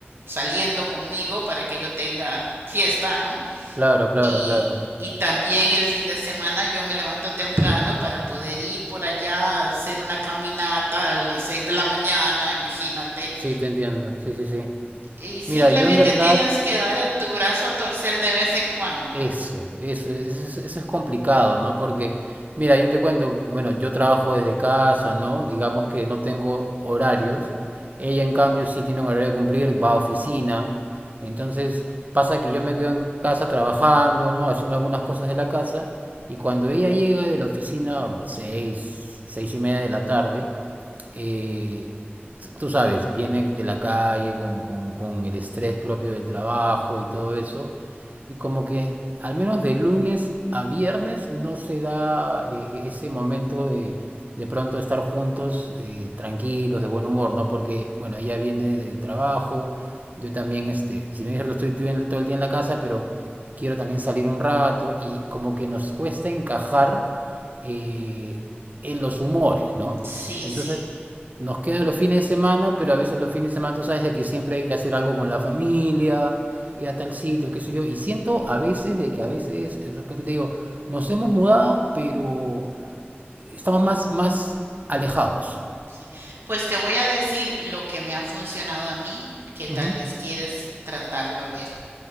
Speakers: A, on the right; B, on the right.
A: saliendo conmigo para que yo tenga fiesta, ¿no?
B: Claro, claro,
A: Y,
B: claro.
A: y también el fin de semana yo me levanto temprano para poder ir por allá a hacer una caminata a las seis de la mañana, imagínate
B: Sí, te entiendo. Sí, sí, sí.
A: Y simplemente
B: Mira, yo en verdad,
A: tienes que dar tu brazo a torcer de vez en cuando, ¿no?
B: eso, eso, eso, es eso es complicado, ¿no? Porque, mira, yo te cuento, bueno, yo trabajo desde casa, ¿no? Digamos que no tengo horarios. Ella, en cambio, sí tiene un horario que cumplir, va a oficina. Entonces, pasa que yo me quedo en casa trabajando, ¿no? Haciendo algunas cosas de la casa. Y cuando ella llega de la oficina, seis, seis y media de la tarde, eh, tú sabes, viene de la calle con, con, con el estrés propio del trabajo y todo eso, y como que al menos de lunes a viernes no se da eh, e, ese momento de de pronto estar juntos eh, tranquilos, de buen humor, ¿no? Porque, bueno, ella viene de trabajo, yo también, este, si bien es cierto, estoy todo el todo el día en la casa, pero quiero también salir un rato y como que nos cuesta encajar eh, en los humores, ¿no?
A: Sí,
B: Entonces,
A: sí,
B: nos quedan los fines de semana, pero a veces los fines de semana tú sabes de que siempre hay que hacer algo con la familia, ir a tal sitio, qué sé yo. Y siento a veces de que a veces, eh, como te digo, nos hemos mudado, pero estamos más, más alejados.
A: sí. Pues te voy a decir lo que me ha funcionado a mí, que tal
B: Ujú,
A: vez quieres tratarlo a ver.